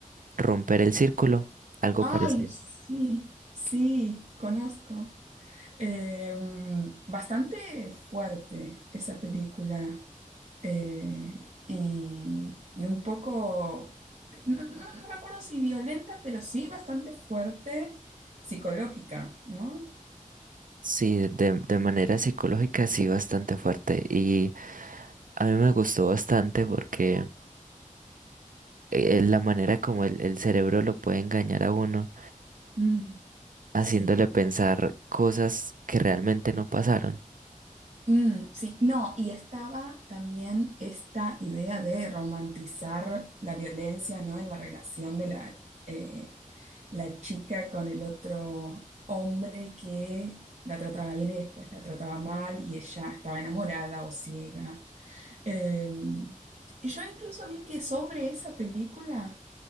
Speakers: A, on the right; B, on the right.
A: Romper el Círculo, algo
B: Ay,
A: parecido.
B: sí, sí, conozco. Eh, bastante fuerte esa película eh, y, y un poco, no, no- no recuerdo si violenta, pero sí bastante fuerte psicológica, ¿no?
A: Sí, de, de manera psicológica sí bastante fuerte y a mí me gustó bastante porque eh, la manera como el, el cerebro lo puede engañar a uno
B: Mm,
A: haciéndole
B: sí.
A: pensar cosas que realmente no pasaron.
B: Mm, sí, no, y estaba también esta idea de romantizar la violencia, ¿no? En la relación de la, eh, la chica con el otro hombre que la trataba bien y después la trataba mal y ella estaba enamorada o ciega. Eh, y yo incluso vi que sobre esa película